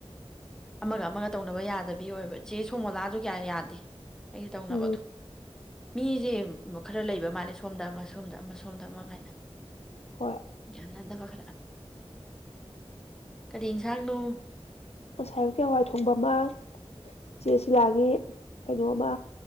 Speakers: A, in the centre; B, on the left.
A: ꯑꯃꯒ ꯑꯃꯒ ꯇꯧꯅꯕ ꯌꯥꯗꯕꯤ ꯑꯣꯏꯕ ꯆꯦ ꯁꯣꯃꯣꯂꯥꯁꯨ ꯀꯌꯥ ꯌꯥꯗꯦ ꯑꯩꯒ ꯇꯧꯅꯕꯗꯣ
B: ꯎꯝ
A: ꯃꯤꯁꯦ ꯈꯔ ꯂꯩꯕ ꯃꯥꯜꯂꯦ ꯁꯣꯝꯗ ꯁꯣꯝꯗ ꯑꯃ ꯁꯣꯝꯗ ꯑꯃ ꯀꯥꯏꯅ
B: ꯍꯣꯏ
A: ꯌꯥꯌꯥꯅꯗꯕ ꯈꯔ ꯀꯔꯤ ꯏꯟꯁꯥꯡꯅꯣ
B: ꯑꯣꯁꯥꯌꯨꯀꯤ ꯑꯋꯥꯏ ꯊꯣꯡꯕ ꯑꯃ ꯆꯦ ꯁꯤ ꯂꯒꯦ ꯀꯩꯅꯣꯕ